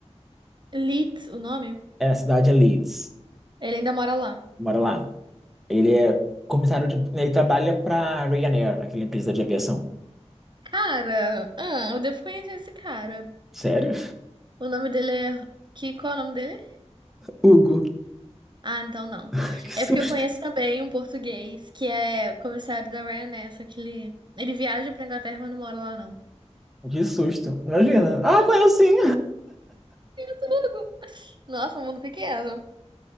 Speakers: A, on the right (about 40°); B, in the centre.
A: Litz, o nome?
B: é, a cidade é Leeds,
A: Ele ainda mora lá.
B: mora lá. Ele
A: Hum.
B: é comissário de. Ele trabalha pra Ryanair, aquela empresa de aviação.
A: Cara, ah, eu devo conhecer esse cara.
B: Sério?
A: O nome dele é. Que, qual é o nome dele?
B: Hugo,
A: Ah, então não.
B: <laughs> que susto.
A: É porque eu conheço também um português que é comissário da Ryanair, né? só que ele, ele viaja pra Inglaterra, mas não mora lá, não.
B: Que susto. Imagina. Ah, conheço sim.
A: Tudo. Nossa, um mundo pequeno.